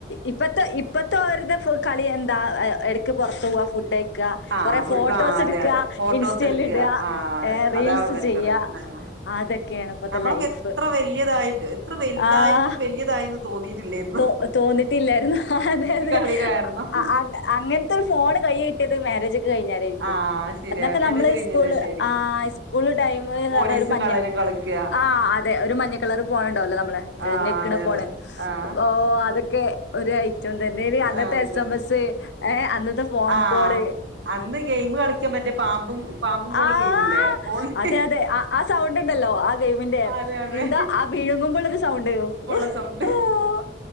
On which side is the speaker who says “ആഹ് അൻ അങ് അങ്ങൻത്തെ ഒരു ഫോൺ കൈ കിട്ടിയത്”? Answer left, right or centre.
Left